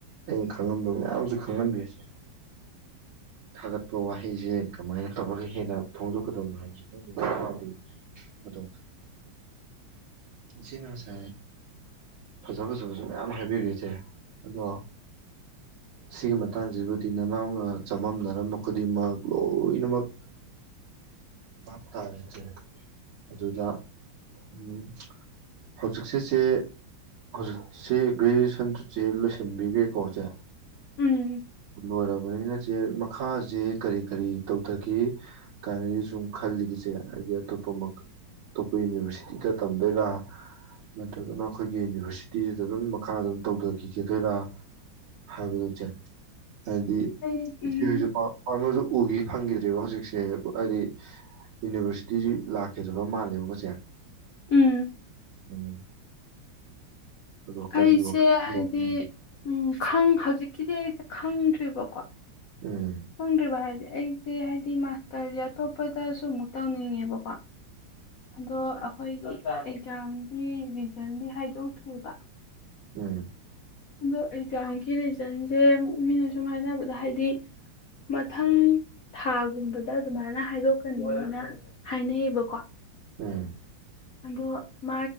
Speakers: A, on the right; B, on the left.
A: ꯑꯩꯅ ꯈꯪꯉꯝꯗꯕ ꯃꯌꯥꯝꯁꯨ ꯈꯪꯍꯟꯕꯤ ꯏꯆꯦ ꯊꯥꯒꯠꯄ ꯋꯥꯍꯩꯁꯦ ꯀꯃꯥꯏꯅ ꯇꯧꯔꯒ ꯍꯦꯟꯅ ꯐꯣꯡꯗꯣꯛꯀꯗꯕꯅꯣ ꯍꯥꯏꯕꯁꯨ ꯈꯪꯗꯦ ꯅꯅꯥꯎꯗꯤ ꯑꯗꯣ ꯏꯆꯦꯅ ꯉꯁꯥꯏ ꯐꯖ ꯐꯖꯕꯁꯨ ꯃꯌꯥꯝ ꯍꯥꯏꯕꯤꯔꯦ ꯏꯆꯦ ꯑꯗꯣ ꯁꯤꯒꯤ ꯃꯇꯥꯡꯁꯤꯕꯨꯗꯤ ꯅꯅꯥꯎꯅ ꯆꯃꯝꯅꯔꯝꯕ ꯈꯨꯗꯤꯡꯃꯛ ꯂꯣꯏꯅꯃꯛ ꯚꯥꯞ ꯇꯥꯔꯦ ꯆꯦ ꯑꯗꯨꯗ ꯎꯝ ꯍꯧꯖꯤꯛꯁꯤꯁꯦ ꯆꯦ ꯍꯧꯖꯤꯛꯁꯦ ꯒ꯭ꯔꯦꯖꯨꯑꯦꯁꯟꯆꯦ ꯂꯣꯏꯁꯤꯟꯕꯤꯈ꯭ꯔꯦꯀꯣ ꯆꯦ
B: ꯎꯝ
A: ꯂꯣꯏꯔꯕꯅꯤꯅ ꯆꯦ ꯃꯈꯥꯁꯦ ꯀꯔꯤ ꯀꯔꯤ ꯇꯧꯊꯒꯦ ꯀꯥꯏꯅꯗꯤ ꯁꯨꯝ ꯈꯜꯂꯤꯒꯦ ꯆꯦ ꯍꯥꯏꯗꯤ ꯑꯇꯣꯞꯄ ꯑꯇꯣꯞꯄ ꯌꯨꯅꯤꯚꯔꯁꯤꯇꯤꯗ ꯇꯝꯗꯣꯏꯔꯥ ꯅꯠꯇ꯭ꯔꯒꯅ ꯑꯩꯈꯣꯏꯒꯤ ꯌꯨꯅꯤꯚꯔꯁꯤꯇꯤꯁꯤꯗ ꯑꯗꯨꯝ ꯃꯈꯥ ꯑꯗꯨꯝ ꯇꯧꯊꯈꯤꯒꯗꯣꯏꯔꯥ ꯍꯥꯏꯕꯗꯣ ꯆꯦ ꯍꯥꯏꯗꯤ
B: ꯎꯝ
A: ꯏꯆꯦꯍꯣꯏꯁꯨ ꯄꯥꯛ ꯄꯥꯛꯅꯁꯨ ꯎꯒꯦ ꯐꯪꯒꯤꯗ꯭ꯔꯦꯕ ꯍꯧꯖꯤꯛꯁꯦ ꯍꯥꯏꯗꯤ ꯌꯨꯅꯤꯚꯔꯁꯤꯇꯤ ꯂꯥꯛꯈꯤꯗꯕ ꯃꯥꯜꯂꯦꯕꯀꯣ ꯆꯦ
B: ꯎꯝ
A: ꯎꯝ ꯑꯗꯣ ꯀꯔꯤ
B: ꯑꯩꯁꯦ
A: ꯋꯥꯈꯜ
B: ꯍꯥꯏꯗꯤ
A: ꯎꯝ
B: ꯎꯝ ꯈꯪ ꯍꯧꯖꯤꯛ ꯀꯤꯗꯤ ꯑꯩꯁꯦ ꯈꯪꯗ꯭ꯔꯤꯕꯀꯣ
A: ꯎꯝ
B: ꯈꯪꯗ꯭ꯔꯤꯕ ꯍꯥꯏꯗꯤ ꯑꯩꯁꯦ ꯍꯥꯏꯗꯤ ꯃꯥꯁꯇꯔꯁꯦ ꯑꯇꯣꯞꯄꯗꯁꯨ ꯑꯃꯨꯛ ꯇꯧꯅꯤꯡꯉꯦꯕꯀꯣ ꯑꯗꯣ ꯑꯩꯈꯣꯏꯒꯤ ꯑꯦꯛꯖꯥꯝꯒꯤ ꯔꯤꯖꯟꯗꯤ ꯍꯥꯏꯗꯣꯛꯇ꯭ꯔꯤꯕ
A: ꯎꯝ
B: ꯑꯗꯣ ꯑꯦꯛꯖꯥꯝꯒꯤ ꯔꯤꯖꯟꯁꯦ ꯃꯤꯅ ꯁꯨꯝ ꯍꯥꯏꯅꯕꯗ ꯍꯥꯏꯗꯤ ꯃꯊꯪ ꯊꯥꯒꯨꯝꯕꯗ ꯑꯗꯨꯃꯥꯏꯅ ꯍꯥꯏꯗꯣꯛꯀꯅꯤ ꯑꯅ ꯍꯥꯏꯅꯩꯌꯦꯕꯀꯣ
A: ꯎꯝ
B: ꯑꯗꯣ ꯃꯥ